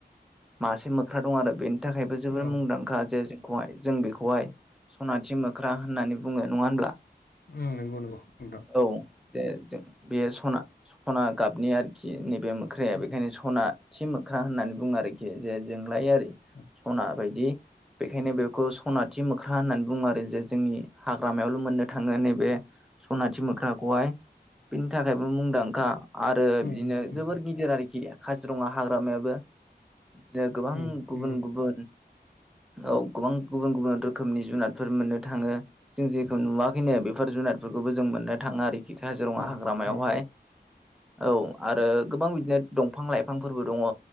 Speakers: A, in the centre; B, on the left.
A: मासे मोख्रा दं आरो बे थाखायबो जोबोर
B: औ नंगौ
A: मुंदांखा जे हाय जों बेखौहाय सनाथि मोख्रा होननानै बुङो नङा होनब्ला?
B: उम नंगौ नंगौ। नोंथां
A: औ जे जों बे सना सना गाबनि आरोखि नैबे म मोख्राया
B: उम
A: बेखायनो सना थि मोख्रा होननानै बुङो आरोखि जे जोंलायारि
B: <inaudible>
A: सना बायदि बेखायनो बेखौ सनाथि मोख्रा होननानै बुङो आरो जे जोंनि हाग्रामायावल' मोननो थाङो नैबे सनाथि मोख्राखौहाय बिनि थाखायबो मुंदांखा आरो
B: उम
A: बिदिनो
B: नंगौ नोंथां
A: जोबोर गिदिर आरोखि काजिरङा हाग्रामायाबो बिदिनो गोबां
B: उम
A: गुबुन
B: नंगौ
A: गुबुन औ गोबां गुबुन गुबुन रोखोमनि जुनादफोर मोननो थाङो जों जेखौ नुवाखैनो बेफोर जुनादफोरखौबो जों मोननो थाङा आरोखि काजिरङा
B: उम
A: हाग्रामायावहाय
B: नंगौ
A: औ आरो गोबां बिदिनो दंफां लाइफांफोरबो दङ